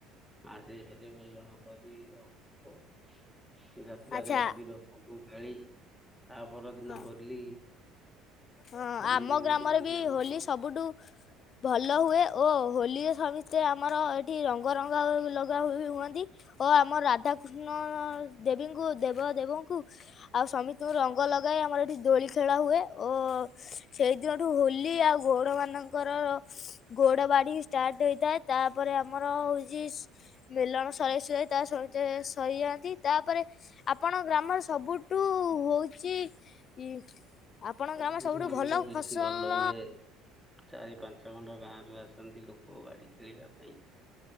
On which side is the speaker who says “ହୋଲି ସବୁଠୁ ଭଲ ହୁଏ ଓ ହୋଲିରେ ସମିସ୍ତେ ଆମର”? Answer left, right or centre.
Left